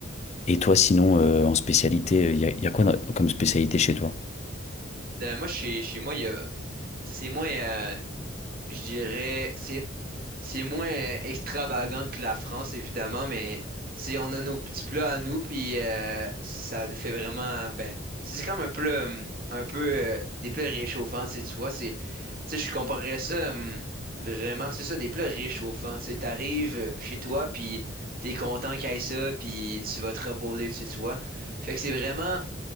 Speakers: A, on the left; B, on the right.
A: Et toi, sinon, euh, en spécialité, euh, il y a, y a quoi dans- comme spécialité chez toi?
B: de- moi, chez, chez moi, il y a, tu sais, c'est moins, euh, Je dirais, c'est, c'est moins euh, extravagant que la France, évidemment, mais tu sais, on a nos petits plats à nous, puis euh, ça nous fait vraiment, ben, c'est c'est comme un plat, hum, un peu euh, des plats réchauffants, tu sais, tu vois, c'est, tu sais, je comparerais ça hum, vraiment, c'est ça, des plats réchauffants, tu sais, t'arrives chez toi, puis t'es content qu'il y ait ça, puis tu vas te reposer, tu sais, tu vois. Fait que c'est vraiment